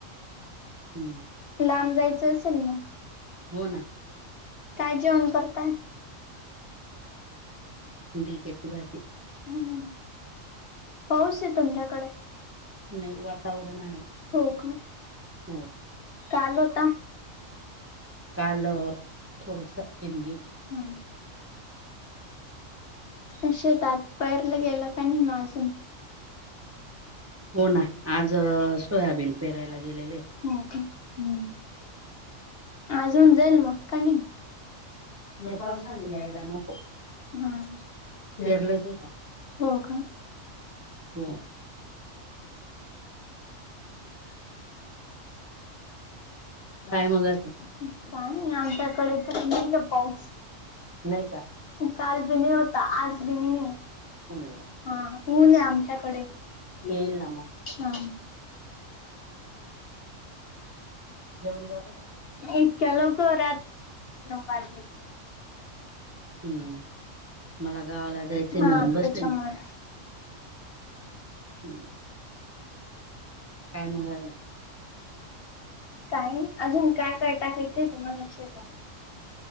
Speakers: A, on the right; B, on the left.
A: हम्म
B: लांब जायचं असेल मग
A: हो ना
B: काय जेवण करताय?
A: दिप्याची भाजी.
B: हमम पाऊस आहे तुमच्याकडे
A: नाही वातावरण आहे
B: हो का?
A: हो
B: काल होता.
A: काल थोडस झिमझिम
B: हां. तशे तातरलं गेलं का नाही मा अजून?
A: हो ना आज सोयाबीन पेरायला गेलेले.
B: हो का हम्म आज होऊन जाईल मग का नी? ते
A: हे
B: पावसाली
A: पावसाने
B: हाय
A: यायला
B: गावं.
A: नको
B: हां
A: पेरलंच आहे का
B: हो का?
A: हो
B: काय
A: काय मग अजून?
B: नाही आमच्याकडे तर नाही आहे पाऊस.
A: नाही का
B: काल बी नाही होता आज बी नाही आहे.
A: हम्म
B: हा हा ऊन आहे आमच्याकडे हां.
A: येईल ना मग जेवण झालं का?
B: इतक्या लवकर <inaudible> वाजले.
A: हम्म मला गावाला जायचंय
B: हा
A: म्हणून बसले
B: त्याच्यामुळे
A: मी पण. हम्म. काय मागायला
B: काही अजून काय-काय टाकायचंय तुम्हाला शे का.